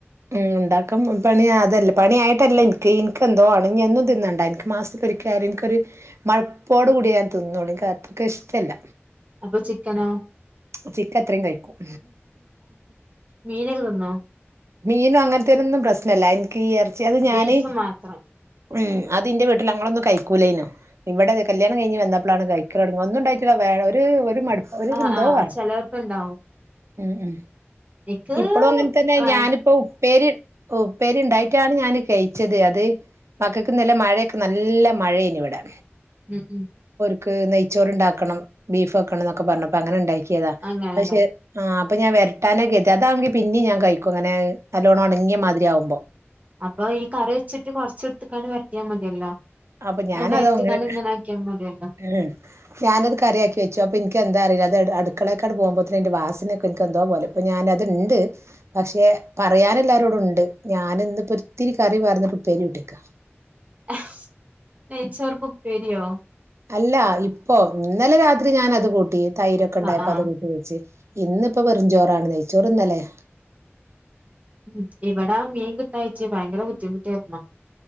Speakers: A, on the right; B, on the right.
A: ഉം ഉണ്ടാക്കും പണി അതല്ല പണിയായിട്ടല്ല എനിക്ക് എനിക്കെന്തോ ആണെങ്കൊന്നും തിന്നണ്ട എനിക്ക് മാസത്തിലൊരിക്കയാലും എനിക്കൊരു മഴപ്പോോട് കൂടിയ ഞൻ തിന്ന എനിക്ക് അത്രയ്ക്ക ഇഷ്ടമല്ല
B: അപ്പൊ ചിക്കനോ?
A: ചിക്ക അത്രയും കഴിക്കും
B: മീനൊക്കെ തിന്നോ
A: മീനും അങ്ങനത്തേനൊന്നും പ്രശ്നമല്ല എനിക്ക് ഈ എർ ചെത് ഞാന്
B: ബീഫ് മാത്രം
A: ഉ അതിന്റെ വീട്ടിൽ അങ്ങളൊന്ന കഴി ക്കുലൈനോ <unintelligible> ഇവിടെന്നു കല്യാണം കഴിഞ്ഞ് വന്നപ്പോഴാണ് ഇതായി ങ്ങ വന്നു ഉണ്ടായിട്ടില്ല വേ ഒരു <unintelligible>
B: ആ
A: എന്തോ
B: ആ
A: ആണ്
B: ചിലവർക്കുണ്ടാവും
A: ഉം ഉം
B: എക്ക്
A: ഇപ്പളും അങ്ങനെ തന്നെ
B: അ <unintelligible>
A: ഞാനിപ്പോ ഉപ്പേരി ഉപ്പേരി ഉണ്ടായിട്ടാണ് ഞാൻ കഴിച്ചത് അത് മക്കൾക്കിന്നലെ മഴയൊക്കെ നല്ല മഴയായിരുന്നു ഇവിടെ
B: ഉം ഉം
A: നക്ക് നെയ്ച്ചോറ് ഉണ്ടാക്കണം ബീഫ് വെക്കണം എന്നോക്കെ പറഞ്ഞപ്പ അങ്ങനെ ഉണ്ടായി നോക്കി <unintelligible> താ
B: അങ്ങനെല്ലേ
A: പക്ഷെ ആ ഞാൻരട്ടാനാ ഗതി അതണെങ്കി പിന്നെ ഞാൻ കഴിക്കും അങ്ങനെ നല്ലോണം ഉടങ്ങിയ മാതിരി ആവുമ്പോ
B: അപ്പൊ ഈ കറി വെച്ചിട്ട് കുറചെടുത്തു ക്കാൺണ്ടവരത്തിയാ മതിയല്ലോ
A: അപ്പൊ ഞാനത്
B: രണ്ടായിരത്തക്കാണ്
A: അങ്ങനെ
B: ഇങ്ങനെ ആക്കിയാൽ മതിയല്ലോ
A: ഉം ഞാനത് കറിയാക്കി വെച്ചു അപ്പൊ എനിക്ക് എന്താ അറിയില്ല അത് അടുക്കളയൊക്കാണ് പോകുമ്പോത്തന് എന്റെ വാസിനൊക്കെ എനിക്ക് എന്തോ പോല ഇപ്പ ഞാന അത്തുണ്ട് പക്ഷെ പറയൻ എല്ലാരോടും ഉണ്ട് ഞാന ഇന്ന ഇപ്പോ ഒത്തിരി കറി പറന്നിട്ട ഉപ്പേരി കട്ടേിക്കാം
B: അക്ക് നച്ചോർക്കും പരിയോ
A: അല്ല ഇപ്പോ ഇന്നലെ രാത്രി ഞാൻ അത് കൂട്ടി തൈരൊക്കെ ഉണ്ടായപ്പൊ
B: ആഹ് ആഹ്
A: അത് കൂട്ടി വെച്ച് ഇന്നിപ്പോ വെറുംചോറാണ് നെയ്ച്ചോറ്ന്നല്ലേയാ
B: ഉ ഇവിടാ മീൻ കിട്ടഞ്ഞിട്ട ഭയങ്കര ബുദ്ധിമുട്ടായിരുന്നു